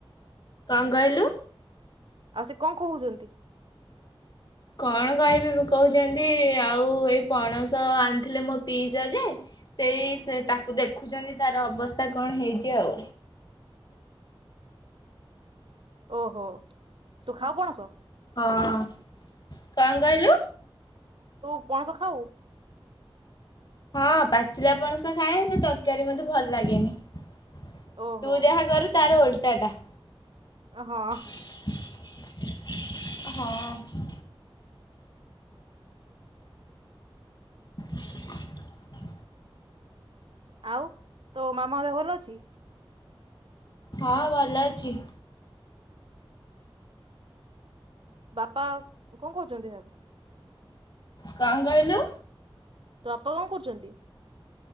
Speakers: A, on the left; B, on the right.
A: କଣ କହିଲୁ?
B: ଆଉ ସେ କଣ କୋହୁଚନ୍ତି?
A: କଣ କହିବି କୋହୁଚନ୍ତି ଆଉ ଏଇ ପଣସ ଆ ଥିଲେ ମୋ ପିଇସା ଯେ ସେଇ ସେ ତାକୁ ଦେଖୁଛନ୍ତି ତାର ଅବସ୍ଥା କଣ ହେଇଛି ଆଉ।
B: ଓହୋ ତୁ ଖାଉ କଣସ?
A: ହଁ କଣ କହିଲୁ?
B: ତୁ ପଣସ ଖାଉ?
A: ହଁ ପାଚିଲାପଣସ ଖାଏ ହେଲେ ତରକାରୀ ମତେ ଭଲ ଲାଗେନି। ତୁ
B: ଓହୋ
A: ଯାହା କରୁ ତାର ଓଲଟା ଟା।
B: ଆ ହଁ।
A: ହଁ। <inaudible>
B: ଆଉ ତୋ ମାମା ଦେହ ଭଲ ଅଛି?
A: ହଁ ଭଲ ଅଛି।
B: ବାପା କଣ କୋହୁଚନ୍ତି ଘରେ?
A: କଣ କହିଲୁ?
B: ତୋ ବାପା କଣ କରୁଚନ୍ତି?